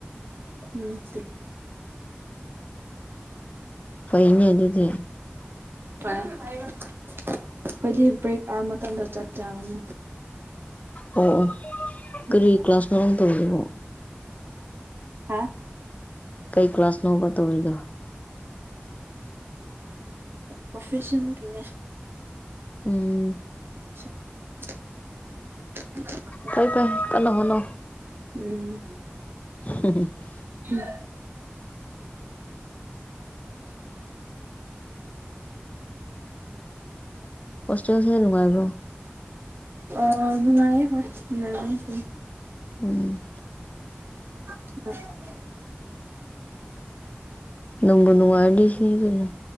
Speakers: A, on the right; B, on the left.
A: ꯎꯝ
B: ꯐꯩꯅꯦ ꯑꯗꯨꯗꯤ
A: ꯍ ꯑꯩꯈꯣꯏꯗꯤ ꯕ꯭ꯔꯦꯛ ꯑꯥꯔ ꯃꯇꯝꯗ ꯆꯥꯛ ꯆꯕꯅꯦ
B: ꯑꯣ ꯑꯣ ꯀꯔꯤ
A: ꯎꯝ
B: ꯀ꯭ꯂꯥꯁꯅꯣ ꯅꯪ ꯇꯧꯔꯤꯕꯣ
A: ꯍꯥꯥ
B: ꯀꯩ ꯀ꯭ꯂꯥꯁꯅꯣꯕ ꯇꯧꯔꯤꯅꯣ
A: ꯄ꯭ꯔꯣꯐꯦꯁꯟ ꯀꯅꯦ
B: ꯎꯝ
A: <inaudible>
B: ꯐꯩ ꯐꯩ ꯀꯅ ꯍꯣꯠꯅꯧ
A: ꯎꯝ
B: <inaudible>
A: ꯍꯝ <unintelligible>
B: ꯍꯣꯁꯇꯦꯜꯁꯦ ꯅꯨꯡꯉꯥꯏꯕ꯭ꯔꯣ
A: ꯑ ꯅꯨꯡꯉꯥꯏꯌꯦ ꯍꯣꯏ ꯅꯨꯡꯉꯥꯏꯕꯅꯦ
B: ꯎꯝ
A: ꯍ <unintelligible>
B: ꯅꯨꯡꯕꯨ ꯅꯨꯡꯉꯥꯏꯗꯤ ꯁꯤꯗꯅ